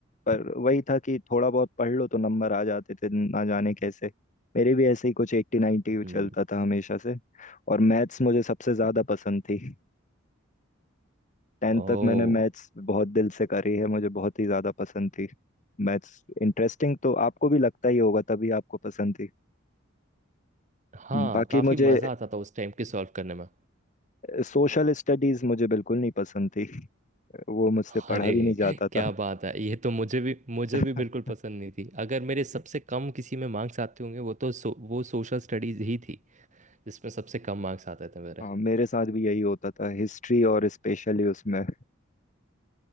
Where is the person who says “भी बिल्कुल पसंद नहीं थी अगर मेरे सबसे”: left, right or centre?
Right